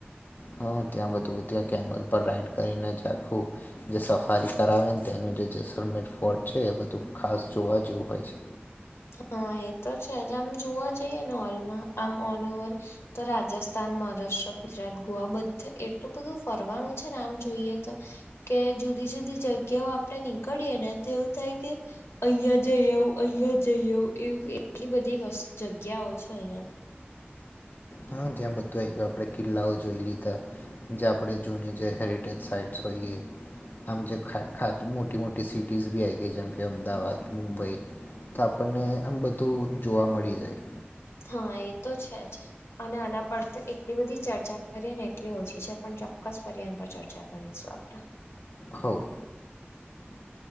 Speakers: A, on the left; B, on the left.
A: હા ત્યાં બધું ત્યાં કેમલ પર રાઈડ કરીને ચખું જે સફારી કરાવે ને. તેનું જે જસલમેર ફોર્ટ છે એ બધું ખાસ જોવા જેવું હોય છે.
B: હા એ તો છે જ આમ જોવા જઈએ ને ઓલમાં આમ ઓલ ઓવર. તો રાજસ્થાન મહારાષ્ટ્ર ગુજરાત ગોવા બધે એટલું બધું ફરવાનું છે આમ જોઈએ તો. કે જુદી જુદી જગ્યાઓ આપડે નીકળીએે ને તો એવું થાય કે. અહિયાં જઈ આવઉ અહિયાં જઈ આવઉ એવી એટલી બધી જગ્યાઓ છે અહિયાં.
A: હા ત્યાં બધું એક આપણે કિલ્લાઓ જોઈ લીધા. જે આપણે જૂની જે હેરિટેજ સાઇટ્સ હોઈએ. આમ જે ખા ખા મોટી મોટી સિટીઝ બી આઇ ગઈ જેમ કે અમદાવાદ મુંબઈ. તો આપણને આમ બધું જોવા મળી જાય.
B: હા એ તો છે જ. અને આના પર તો એટલી બધી ચર્ચા કરીએ ને એટલી ઓછી છે પણ ચોક્કસ ફરી એ પર ચર્ચા કરીશું આપડે.
A: હવ.
B: <inaudible>